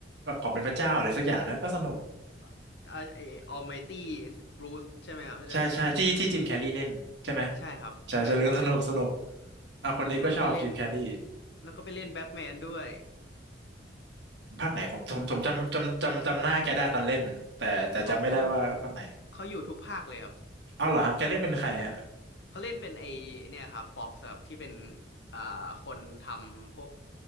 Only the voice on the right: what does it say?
ขอเป็นพระเจ้าอะไรสักอย่างนะก็สนุก
ใช่ใช่ที่ที่จิมแคร์รีเล่นใช่ไหม
ใช่ใช่เรื่องสนุกสนุกอ่ะคนนี้ก็ชอบจิมแคร์รี
ภาคไหนผมผมผมจำจำจำจำหน้าแกได้ตอนเล่นแต่แต่จำไม่ได้ว่าภาคไหน
เอาเหรอฮะแกเล่นเป็นใครฮะ